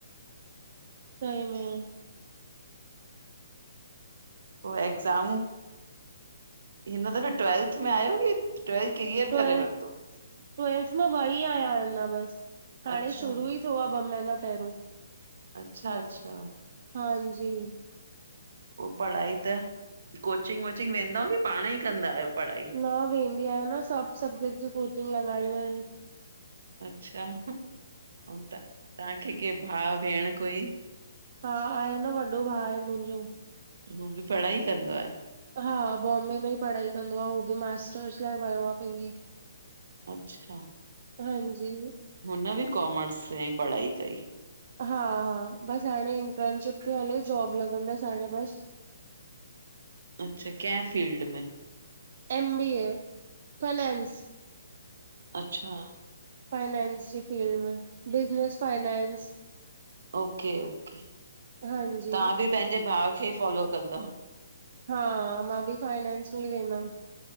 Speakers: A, on the right; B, on the right.
A: सई में।
B: पो एगज़ाम हिन दफ़े ट्वेल्थ में आयो की ट्वेलथ क्लीियर
A: ट्वेल्थ
B: करे वरतो।
A: ट्वेल्थ में वई आयां अञा बस हाणे
B: अच्छा
A: शुरू ई थियो आहे ॿ महीना पहिरू।
B: अच्छा अच्छा।
A: हांजी।
B: पो पढ़ाई त कोचिंग वोचिंग वेंदा आयो की पाण ई कंदा आयो पढ़ाई?
A: न वेंदी आयां न सभ सब्जेक्ट जी कोचिंग लॻायूं एन।
B: अच्छा उ त तव्हांखे के भा भेण कोई?
A: हा आहे न वॾो भा आहे मुंजो।
B: हूो बि पढ़ाई कंदो आहे
A: हा बॉम्बे में ई पढ़ाई कंदो आह उहो बि मास्टर्स लाइ वयो आहे पेंजी।
B: अच्छा।
A: हांजी।
B: हुन बि कॉमर्स सां ई पढ़ाई कई।
A: हा हा बसि हाणे इंटर्नशिप थी हले, जॉब लॻंदसि हाणे बसि।
B: अच्छा, केंह फील्ड में?
A: M B A finance.
B: अच्छा!
A: फाइनैंस जी फील्ड में, बिज़नेस फाइनैंस।
B: ओके ओके,
A: हांजी
B: तव्हां बि पंहिंजे भाउ खे ही फॉलो कंदओ?
A: हा, मां बि फाइनेंस में ई वेंदमि।